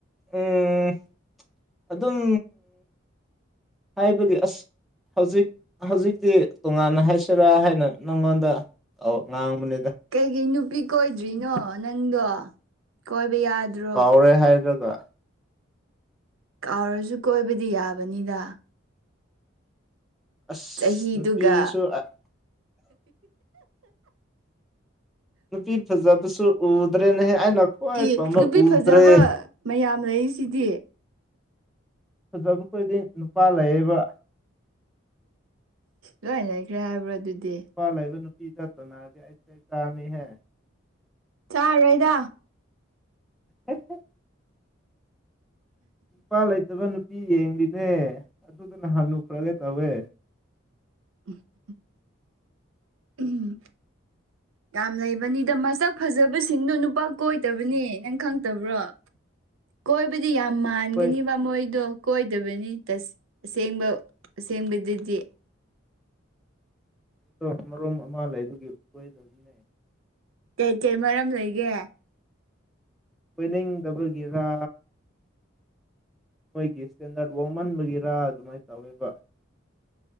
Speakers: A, in the centre; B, on the right.
A: ꯎꯝ ꯑꯗꯨꯝ ꯍꯥꯏꯕꯗꯤ ꯑꯁ ꯍꯧꯖꯤꯛ ꯍꯧꯖꯤꯛꯇꯤ ꯇꯣꯉꯥꯟꯅ ꯍꯥꯏꯁꯦꯔꯥ ꯍꯥꯏꯅ ꯅꯪꯉꯣꯟꯗ ꯑꯧ ꯉꯥꯡꯕꯅꯦꯗ
B: ꯀꯩꯒꯤ ꯅꯨꯄꯤ ꯀꯣꯏꯗ꯭ꯔꯤꯅꯣ ꯅꯪꯗꯣ ꯀꯣꯏꯕ ꯌꯥꯗ꯭ꯔꯣ
A: ꯄꯣꯔꯦ ꯍꯥꯏꯔꯒ
B: ꯀꯥꯎꯔꯁꯨ ꯀꯣꯏꯕꯗꯤ ꯌꯥꯕꯅꯤꯗ
A: ꯑꯁ
B: ꯆꯍꯤꯗꯨꯒ
A: ꯅꯨꯄꯤꯁꯨ ꯑꯥ ꯅꯨꯄꯤ ꯐꯖꯕꯁꯨ ꯎꯗ꯭ꯔꯦꯅꯦꯍꯦ ꯑꯩꯅ ꯈ꯭ꯋꯥꯏ
B: ꯢ
A: ꯄꯥꯝꯕ
B: ꯅꯨꯄꯤ
A: ꯎꯗ꯭ꯔꯦ
B: ꯐꯖꯕ ꯃꯌꯥꯝ ꯂꯩꯔꯤꯁꯤꯗꯤ
A: ꯐꯖꯕ ꯈꯣꯏꯗꯤꯡ ꯅꯨꯄꯥ ꯂꯩꯌꯦꯕ
B: ꯂꯣꯏ ꯂꯩꯈ꯭ꯔꯦ ꯍꯥꯏꯕ꯭ꯔ ꯑꯗꯨꯗꯤ
A: ꯅꯨꯄꯥ ꯂꯩꯕ ꯅꯨꯄꯤ ꯗꯞ ꯊꯧꯅꯔꯗꯤ ꯑꯩ ꯆꯥꯅꯤꯍꯦ
B: ꯆꯥꯔꯣꯏꯗ
A: <unintelligible> ꯅꯨꯄꯥ ꯂꯩꯇꯕ ꯅꯨꯄꯤ ꯌꯦꯡꯂꯤꯅꯦ ꯑꯗꯨꯗ ꯅꯍꯥꯟ ꯂꯨꯈ꯭ꯔꯒꯦ ꯇꯧꯋꯦ
B: <unintelligible> ꯎꯝ ꯌꯥꯝ ꯂꯩꯕꯅꯤꯗ ꯃꯁꯛ ꯐꯖꯕꯁꯤꯡꯗꯨ ꯅꯨꯄꯥ ꯀꯣꯏꯗꯕꯅꯦ ꯅꯪ ꯈꯪꯇꯕ꯭ꯔꯣ ꯀꯣꯏꯕꯗꯤ ꯌꯥꯝ ꯃꯥꯟꯒꯅꯤꯕ
A: ꯍꯣꯏ
B: ꯃꯣꯏꯗꯨ ꯀꯣꯏꯗꯕꯅꯤ ꯇꯁ ꯑꯁꯦꯡꯕ ꯑꯁꯦꯡꯕꯗꯗꯤ
A: ꯑꯗꯣ ꯃꯔꯣꯝ ꯑꯃ ꯂꯩꯕꯒꯤ ꯀꯣꯏꯗꯕꯅꯦ
B: ꯀꯩ ꯀꯩ ꯃꯔꯝ ꯂꯩꯒꯦ
A: ꯀꯣꯏꯅꯤꯡꯗꯕꯒꯤꯔꯥ ꯃꯣꯏꯒꯤ ꯁꯇꯦꯟꯗꯔꯠ ꯋꯥꯡꯃꯟꯕꯒꯤꯔꯥ ꯑꯗꯨꯃꯥꯏꯅ ꯇꯧꯋꯦꯕ